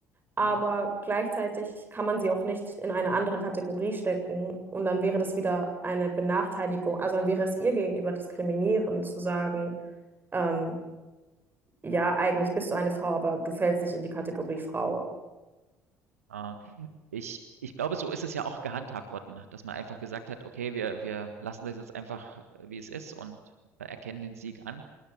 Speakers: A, on the right (about 25°); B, on the right (about 80°).
A: aber
B: Mhm.
A: gleichzeitig kann man sie auch nicht in eine andere Kategorie stecken und dann wäre das wieder eine Benachteiligung, also dann wäre es ihr gegenüber diskriminierend zu sagen, ähm, ja, eigentlich bist du eine Frau, aber du fällst nicht in die Kategorie Frau.
B: Äh, ich, ich glaube, so ist es ja auch gehandhabt worden, dass man einfach gesagt hat, okay, wir, wir lassen das jetzt einfach, äh, wie es ist und äh, erkennen den Sieg an.